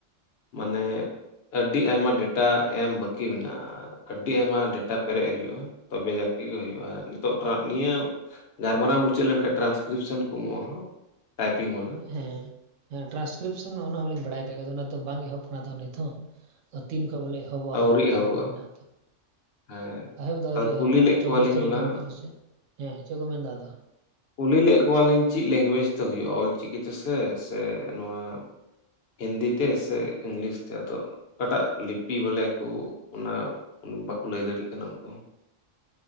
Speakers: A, on the left; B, on the right.
A: ᱢᱟᱱᱮ ᱟᱹᱰᱤ ᱟᱭᱢᱟ ᱰᱮᱴᱟ ᱮᱢ ᱵᱟᱹᱠᱤ ᱢᱮᱱᱟᱜᱼᱟ ᱟᱹᱰᱤ ᱟᱭᱢᱟ ᱰᱮᱴᱟ ᱯᱮᱨᱮᱡ ᱦᱩᱭᱩᱜᱼᱟ ᱛᱚᱵᱮ ᱡᱟᱠᱤ ᱜᱮ ᱦᱩᱭᱩᱜᱼᱟ ᱱᱤᱛᱚᱜ <unintelligible> ᱱᱤᱭᱟᱹ ᱜᱟᱞᱢᱟᱨᱟᱣ ᱢᱩᱪᱟᱹᱫ ᱞᱮᱱᱠᱷᱟᱱ ᱴᱨᱟᱱᱥᱠᱨᱤᱯᱥᱟᱱ ᱠᱚ ᱮᱢᱚᱜᱼᱟ ᱦᱟᱸᱜ ᱴᱟᱭᱯᱤᱝ ᱣᱟᱞᱟ
B: ᱦᱮᱸᱼᱦᱮᱸ ᱴᱨᱟᱱᱥᱠᱨᱤᱯᱥᱚᱱ ᱩᱱᱟᱹᱜ ᱦᱚᱸᱞᱤᱧ ᱵᱟᱲᱟᱭ ᱠᱟᱜ ᱜᱮᱭ ᱟᱫᱚ ᱚᱱᱟ ᱛᱚ ᱵᱟᱝ ᱮᱦᱚᱵ ᱟᱠᱟᱱᱟ ᱛᱚ ᱱᱤᱛ ᱦᱚᱸ ᱟ ᱛᱤᱱ ᱠᱷᱚ ᱵᱚᱞᱮ ᱮᱦᱚᱵᱚᱜᱼᱟ ᱦᱟᱱᱟᱜ
A: ᱟᱹᱣᱨᱤ
B: ᱢᱤᱫ
A: ᱮᱦᱚᱵᱚᱜᱼᱟ
B: ᱴᱷᱮᱜ ᱢᱮᱱᱟᱜ-ᱟ ᱛᱚ
A: ᱦᱮᱸ
B: ᱮᱦᱚᱵ ᱫᱚ ᱟᱹᱣᱨᱤ
A: ᱠᱩᱞᱤ
B: ᱮᱦᱚᱵᱚᱜᱼᱟ
A: ᱞᱮᱫ
B: ᱪᱚᱵᱤᱥ
A: ᱠᱚᱣᱟᱞᱤᱧ
B: ᱛᱟᱹᱨᱤᱠᱷ
A: ᱚᱱᱟ
B: ᱜᱟᱱ ᱠᱷᱚᱡ ᱯᱟᱥᱮᱡ ᱦᱮᱸ ᱪᱮᱫ ᱠᱚ ᱢᱮᱱᱫᱟ ᱟᱫᱚ
A: ᱠᱩᱞᱤ ᱞᱮᱫ ᱠᱚᱣᱟᱞᱤᱧ ᱪᱮᱫ ᱞᱮᱝᱜᱩᱭᱮᱡᱽ ᱛᱮ ᱦᱩᱭᱩᱜᱼᱟ ᱚᱞᱪᱤᱠᱤ ᱛᱮᱥᱮ ᱥᱮ ᱱᱚᱣᱟ ᱦᱤᱱᱫᱤ ᱛᱮ ᱥᱮ ᱤᱝᱞᱤᱥ ᱛᱮ ᱟᱫᱚ ᱚᱠᱟᱴᱟᱜ ᱞᱤᱯᱤ ᱵᱚᱞᱮ ᱠᱚ ᱚᱱᱟ ᱵᱟᱠᱚ ᱞᱟᱹᱭ ᱫᱟᱲᱤᱭᱟᱜ ᱠᱟᱱᱟ ᱩᱱᱠᱩ ᱦᱚᱸ